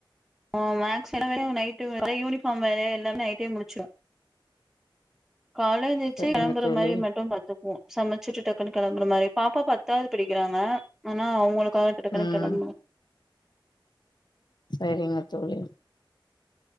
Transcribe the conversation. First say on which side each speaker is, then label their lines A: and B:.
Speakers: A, in the centre; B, on the left.
A: ஓ மாக்ஸ் நைட்டு யூனிஃபாம் வேற எல்லாமே நைட்டே முடிச்சோ கால என்ச்சு
B: செரிங்க
A: கிலம்பர
B: தோழி
A: மாரி மட்டும் பாத்துப்போம் சமைச்சிட்டு டக்குன்னு கிளம்புற மாரி பாப்பா பத்தாவது படிக்கிறாங்க ஆனா அவங்களு காடுடக்குனு
B: ம்
A: கிளபணு
B: சரிங்க தோலி